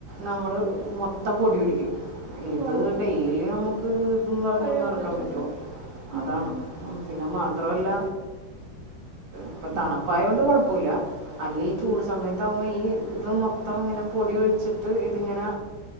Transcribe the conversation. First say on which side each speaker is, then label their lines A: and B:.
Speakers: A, on the right; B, on the right.
A: നമ്മള് മൊത്തം പൊടി പിടിക്കും ഇത്
B: ഓഹ്
A: ഡെയിലി നമുക്ക് ഇതും പറഞ്ഞോണ്ട്
B: കഴുകാൻ
A: നടക്കാൻ
B: പറ്റത്തില്ല
A: പറ്റോ
B: ഉം
A: അതാണ് പിന്നെ മാത്രല്ല ഇപ്പ തണുപ്പായ കൊണ്ട് കൊഴപ്പല്ല അല്ല ഈ ചൂട് സമയത്ത്കുമ്പോ ഈ ഇത് മൊത്തം ഇങ്ങനെ പൊടി ഒഴിച്ചിട്ട് ഇതിങ്ങനെ